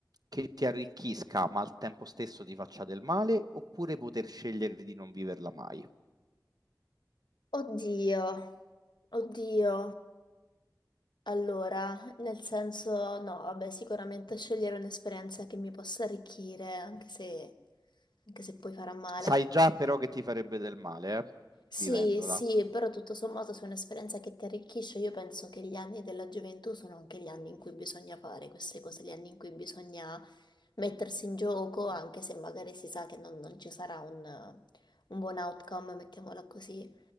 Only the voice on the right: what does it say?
che ti arricchisca ma al tempo stesso ti faccia del male oppure poter scegliere di non viverla mai?
Sai già però che ti farebbe del male, eh?
Vivendola,